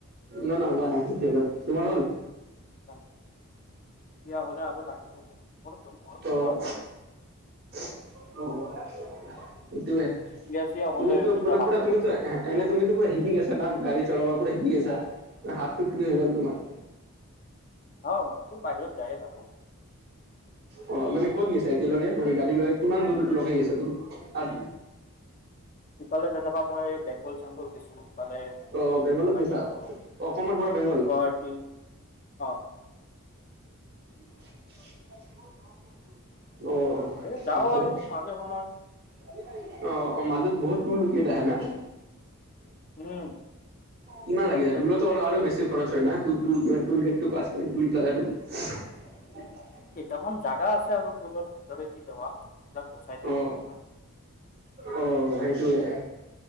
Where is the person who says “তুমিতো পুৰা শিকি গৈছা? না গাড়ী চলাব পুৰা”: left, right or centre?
Right